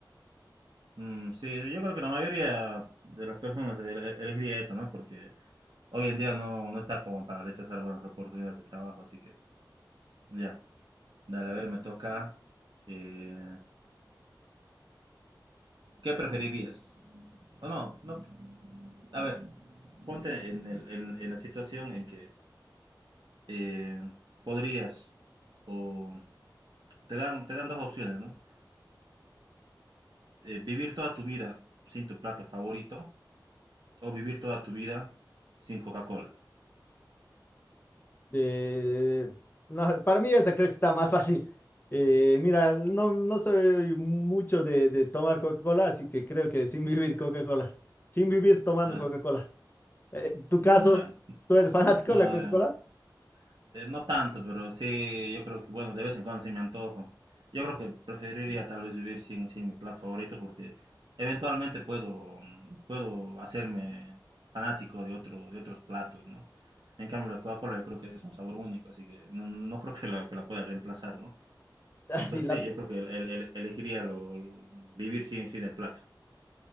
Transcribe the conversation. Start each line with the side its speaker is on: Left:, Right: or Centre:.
Right: Mm, sí, sí, yo creo que la mayoría de las personas ele- elegiría eso, ¿no? Porque hoy en día no, no está como para rechazar buenas oportunidades de trabajo, así que ya, dale, a ver, me toca. eh, ¿qué preferirías? O no, no, a ver, ponte en, el- en- en la situación en que eh, podrías, o te dan, te dan dos opciones, ¿no? Eh, vivir toda tu vida sin tu plato favorito o vivir toda tu vida sin Coca-Cola.
Left: Eh, no, para mí esa creo que está más <laughs> fácil. Eh, mira, no, no soy mucho de, de tomar Coca-Cola, así que creo que sin vivir Coca-Cola, sin vivir tomando
Right: Ah,
Left: Coca-Cola. Eh, ¿tu
Right: mm,
Left: caso?
Right: bueno,
Left: ¿Tú eres <laughs> fanático
Right: no,
Left: de la Coca-Cola?
Right: eh, Eh, no tanto, pero sí, yo creo que, bueno, de vez en cuando sí me antojo. Yo creo que preferiría tal vez vivir sin, sin mi plato favorito porque eventualmente puedo, mm, puedo hacerme fanático de otro, de otros platos, ¿no? En cambio, la Coca-Cola yo creo que es un sabor único, así que no, no no creo que la, que la pueda reemplazar, ¿no?
Left: <laughs> Así,
Right: Entonces
Left: la
Right: sí, yo creo que el- el- el- elegiría lo, vivir sin, sin el plato.